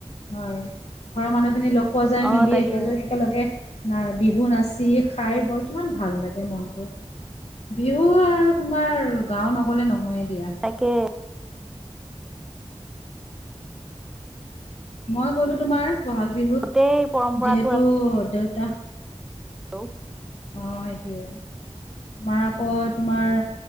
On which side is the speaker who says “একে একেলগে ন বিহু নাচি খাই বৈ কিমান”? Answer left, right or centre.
Left